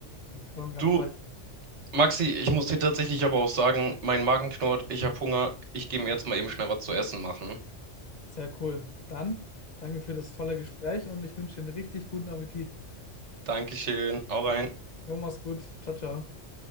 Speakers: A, on the left; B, on the right.
A: Bin ich voll und ganz
B: Du,
A: bei. dir.
B: Maxi, ich muss dir tatsächlich aber auch sagen, mein Magen knurrt, ich habe Hunger, ich gehe mir jetzt mal eben schnell was zu essen machen.
A: Sehr cool. Dann danke für das tolle Gespräch und ich wünsche dir einen richtig guten Appetit.
B: Dankeschön, auch rein.
A: Jo, mach's gut. Ciao, ciao.